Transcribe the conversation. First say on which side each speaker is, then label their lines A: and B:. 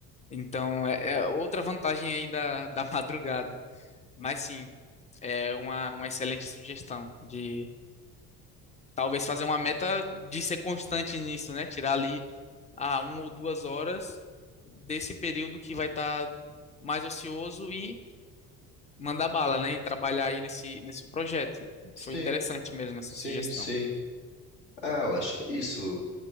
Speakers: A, on the left (about 15°); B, on the left (about 55°).
A: Então, é, é outra vantagem aí da, <laughs> da madrugada. Mas sim, é uma, uma excelente sugestão de Talvez fazer uma meta de ser constante nisso, né? Tirar ali a uma ou duas horas desse período que vai estar mais ocioso e mandar bala, né? E trabalhar aí nesse, nesse projeto. Foi
B: Sim,
A: interessante mesmo essa
B: sim,
A: sugestão.
B: sim. Ah, eu acho que é isso